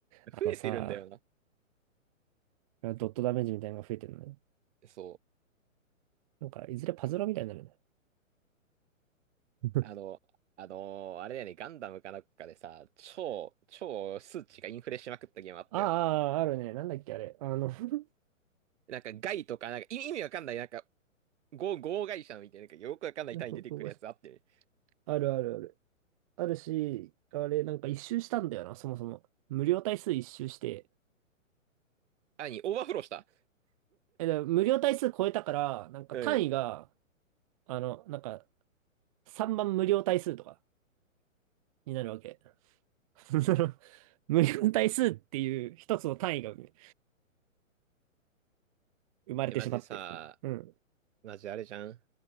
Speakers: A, on the right; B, on the right.
A: 増えてるんだよな。
B: あのさ、ドットダメージみたいなのが増えてるのね。
A: そう。
B: なんか、いずれパズルみたいになるね。<laughs>
A: あの、あのーあれだよね、ガンダムかなんかでさ、超、超数値がインフレしまくったゲームあったよな。
B: ああ、あるね。なんだっけ、あれ。あの、<laughs>
A: なんかガイとか、なんか意意味わかんない、なんか、合、合会社みたいな、なんかよくわかんない単位出てくるやつあってる。
B: なんかここあるあるある。あるし、あれ、なんか一周したんだよな、そもそも。無料体数一周して。
A: あ、に、オーバーフローした。
B: え、だから無料体数超えたから、なんか単位が、
A: うん。
B: あの、なんか、3番無料体数とか。になるわけ。<laughs> その無限対数っていう一つの単位が生まれてしまって。
A: え、マジさ、
B: うん。
A: マジあれじゃん。